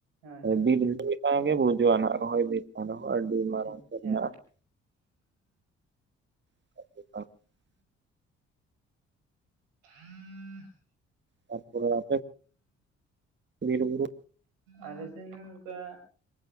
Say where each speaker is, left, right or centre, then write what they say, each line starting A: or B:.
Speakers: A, on the right; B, on the right.
A: ᱦᱳᱭ ᱦᱳᱭ
B: ᱵᱤᱨ <unintelligible> ᱜᱮ ᱵᱩᱡᱩᱜᱼᱟ ᱱᱟᱜ ᱨᱚᱦᱚᱭ ᱵᱤᱨ ᱠᱟᱱ ᱨᱮᱦᱚᱸ ᱟᱹᱰᱤ ᱢᱟᱨᱟᱝ
A: ᱟᱪᱪᱷᱟ
B: ᱛᱮ ᱢᱮᱱᱟᱜᱼᱟ ᱾ <inaudible>
A: <inaudible>
B: ᱛᱟᱨᱯᱚᱨᱮ ᱟᱯᱮ ᱵᱤᱨᱼᱵᱩᱨᱩ,
A: ᱟᱞᱮ ᱥᱮᱫ ᱦᱚᱸ ᱚᱱᱠᱟ,